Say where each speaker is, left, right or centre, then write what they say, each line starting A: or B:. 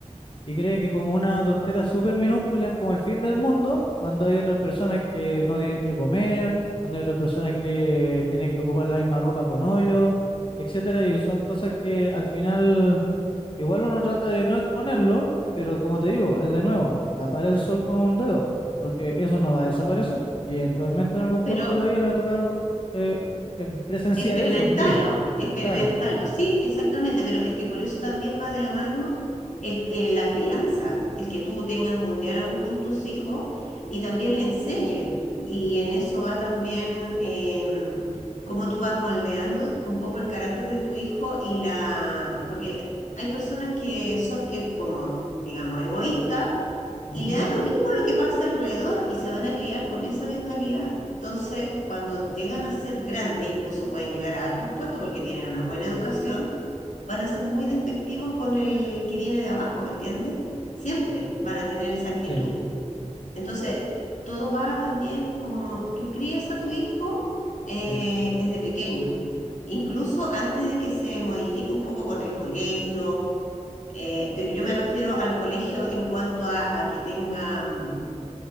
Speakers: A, on the left; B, on the left.
A: y cree que como una tontera súper minúscula es como el fin del mundo, cuando hay otras personas que no tienen que comer, cuando hay otras personas que tienen que ocupar la misma ropa con hoyo, etcétera, y son cosas que al final igual uno trata de no exponerlo, pero como te digo, es de nuevo, tapar el sol con un dedo, porque eso no va a desaparecer y eventualmente en algún
B: pero
A: punto de la vida le va a tocar eh, eh, presenciar
B: Experimentarlo,
A: eso en vida.
B: experimentarlo,
A: Claro,
B: sí, exactamente, pero es que por eso también va de la mano el, el- la crianza, el que tú tengas un diálogo con tus hijos y también le enseñes. Y en eso va también em, cómo tú vas moldeando un poco el carácter de tu hijo y la... Porque hay personas que son eh, como, digamos, egoístas
A: ujú,
B: y le da lo mismo lo que pase alrededor y se van a criar con esa mentalidad. Entonces, cuando llegan a ser grandes, incluso pueden llegar a altos puestos porque tienen una buena educación, van a ser muy despectivos con el que viene de abajo, ¿me entiendes? Siempre van a tener esa actitud.
A: Sí,
B: Entonces, todo va también como tú crías a tu hijo eh,
A: sí,
B: desde pequeño, incluso antes de que se modifique un poco con el colegio eh, pero yo me refiero al colegio en cuanto a, a que tenga mm,